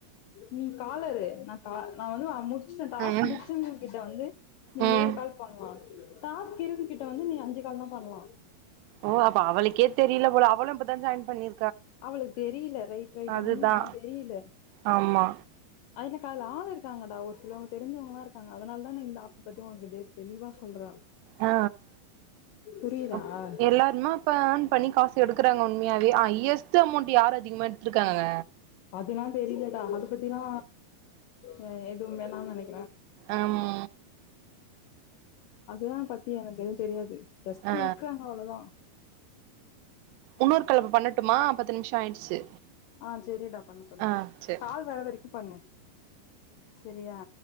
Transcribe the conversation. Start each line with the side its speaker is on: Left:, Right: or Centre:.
Left: நீ காலரு நா கா நா வந்து அ முடு ச்டா டாஸ்க்
Right: ம்
Left: முடிச்சவுங்ககிட்ட வந்து நீ
Right: ம்
Left: ஏழு கால் பண்லா டாஸ்க் இருங் கிட்ட வந்து நீ அஞ்சு கால் தா பண்லா
Right: ஓ அப்ப அவளுக்கே தெரில போல அவளு இப்பதா ஜாயின் பண்ணிரு
Left: அவளுக்கு தெரில ரைட் ரைட்
Right: அதுதா
Left: உண்ம அதா தெரில
Right: ஆமா
Left: எனக்கு அதுல ஆள் இருக்காங்கடா ஒரு சிலவ்ங்க தெரிஞ்சவுங்களா இருக்காங்க அதுனால் தா நா இந்த ஆப்பு‌ பத்தி ஒனக்குதே தெளிவா சொல்றே
Right: அ
Left: புரியுதா
Right: அ எல்லாருமே அப்ப ஏர்ன் பண்ணி காசு எடுக்குறாங்க உண்மையாவே ஹையஸ்டு அமௌண்ட் யார் அதிகமா எ டுத்துருக்காங்க
Left: அதுலா தெரில டா அது பத்திலா ஓ எதுவும் வேணா நெனை
Right: ஆமா
Left: உம் அதுலா பத்தி எனக்கு எதுவு தெரியாது ஜஸ்ட்
Right: ஆ
Left: இருக்காங்க அவ்ளொதா
Right: உன்னோர் கால் அப்ப பண்ணட்டுமா பத்து நிமிஷோ ஆயிடுச்சு
Left: ஆ செரிடா பண்ணு பண்ணு
Right: ஆ சேரி
Left: கால் வர வரைக்கு பண்ணு செரியா